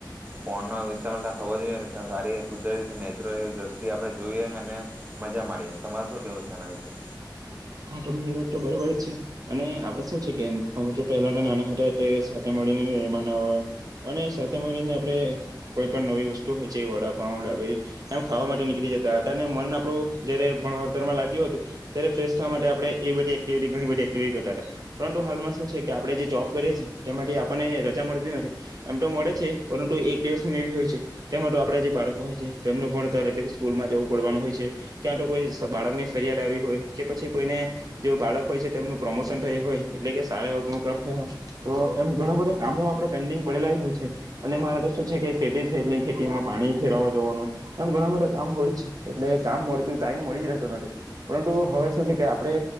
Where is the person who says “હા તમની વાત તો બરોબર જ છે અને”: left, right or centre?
Right